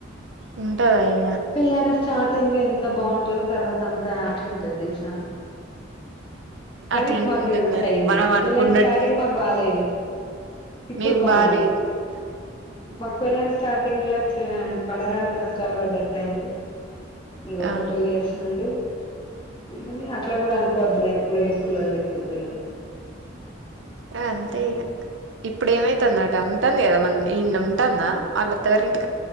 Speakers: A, on the right; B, on the left.
A: ఉంటదా అయి
B: పిల్లను స్టాటింగ్ ఎంత బాగుంటందో, తర్వాత అంతా అట్లా ఉంటుది తెలుసా? కనీ
A: అట్లనే
B: మాకు
A: ఉంటది
B: రివర్స్
A: మరి
B: అయింది.
A: ఇగ మనం అనుకున్నట్టే
B: పెళ్లైన స్టార్టింగ్ మాకు బాలేదు, ఇప్పుడు
A: మీకు
B: బాగుంది.
A: బాలేదు
B: మాకు పెళ్లైన స్టాట్ టింగ్ల ఒచ్చేదాన్ని. పడరాని కష్టాలు పడ్డట్టయింది. ఇంకొక
A: ఆ
B: టూ ఇయర్స్ నుండి. కానీ, అట్లా కూడ అనుకోవద్దులేప్ పోయే పుల్లలు పెట్టిద్దును.
A: ఆ, అంతే ఇగ. ఇప్పుడు ఏమైతాందట? ఉంటాంది కదా? మన్ ఈడ్నే. టాందా? వాళ్ళత్తగారింట్